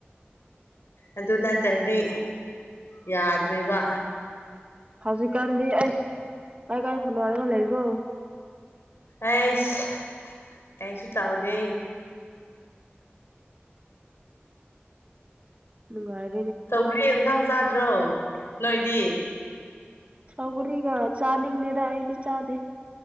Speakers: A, on the left (about 75°); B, on the right (about 30°).
A: ꯑꯗꯨꯅ ꯗꯗꯤ ꯌꯥꯗ꯭ꯦꯔꯤꯕ
B: ꯍꯧꯖꯤꯛ ꯀꯥꯟꯗꯤ ꯑꯩꯁ ꯀꯥꯏ ꯀꯥꯏ ꯈꯅꯔꯀ ꯂꯩꯕ
A: ꯑꯩꯁ ꯀꯩꯁꯨ ꯇꯥꯎꯗꯦ
B: ꯅꯨꯡꯉꯥꯏ
A: ꯇꯧꯈ꯭ꯔꯤ ꯌꯦꯟꯁꯥꯡ ꯆꯥꯗ꯭ꯔꯣ ꯅꯣꯏꯗꯤ
B: ꯁꯧꯒꯔꯤꯒ ꯆꯥꯅꯤꯡꯗꯦꯗ ꯑꯩꯗꯤ ꯆꯥꯗꯦ